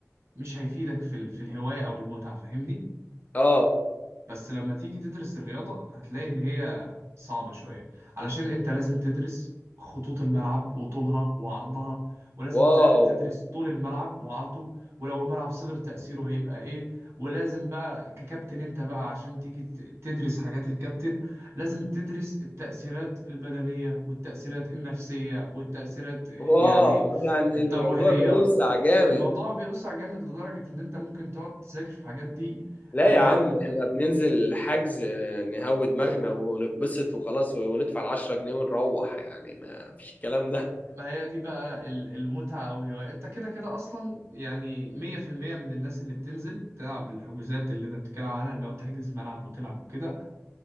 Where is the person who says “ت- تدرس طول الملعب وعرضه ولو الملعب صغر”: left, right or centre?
Right